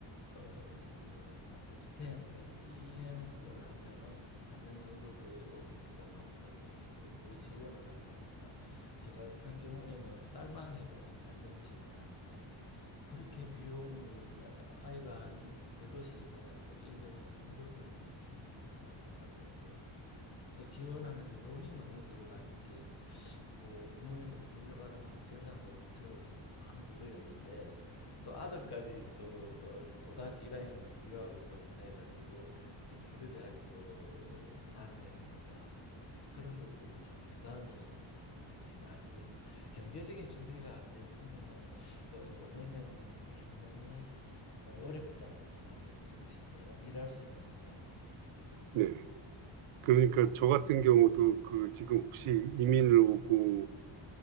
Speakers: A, on the left; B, on the right.
A: 어, 저 뭐라 그러나 그 STEM, STEM을 하면은 3년 정도 더 OTP가 나온다고 해서 또 그거 지원을 하고 하니까 저 같은 경우에는 딸만 해도 한 8년 지원하는데 그렇게 비용이 아이가 한 이- 대도시에 살아서 1년에 한 1억은 충분히 들어가는 것 같더라고요. 그래서 지원하는데 돈이 너무 들어가는 게 뭐 부모님부터 물려받은 큰 재산도 없는 저로서는 큰 그거였는데 또 아들까지 또 어, 고등학교 1학년부터 유학을 또 보내가지고 지금 포드대학교에 4학년이니까 그런 것들이 참 부담이 굉장히 많이 돼서 경제적인 준비가 안 되었으면은 어, 보내면은 굉장히 어, 어렵다는 말을 해주고 싶네요. 일할 수 있는 것도 아니고.
B: 네. 그러니까 저 같은 경우도 그 지금 혹시 이민을 오고